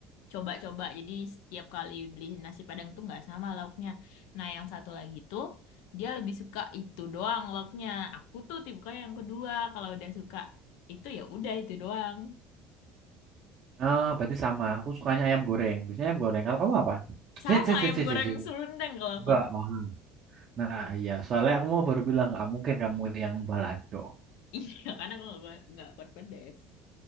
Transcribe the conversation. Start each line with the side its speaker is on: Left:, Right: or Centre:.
Left: coba-coba. Jadi setiap kali beli nasi Padang tuh nggak sama lauknya. Nah, yang satu lagi tuh dia lebih suka itu doang lauknya. Aku tuh tipe yang kedua. Kalau udah suka itu ya udah itu doang.
Right: Ah, berarti sama. Aku sukanya ayam goreng. Biasanya ayam goreng. Kalau kamu apa?
Left: Sama
Right: Sit, sit,
Left: ayam
Right: sit, sit,
Left: goreng
Right: sit, sit.
Left: Serundeng kalau
Right: Enggak.
Left: aku. <laughs>
Right: oh. Nah, iya. Soalnya aku mau baru bilang nggak mungkin kamu yang balado.
Left: Iya, karena aku nggak nggak kuat pedes.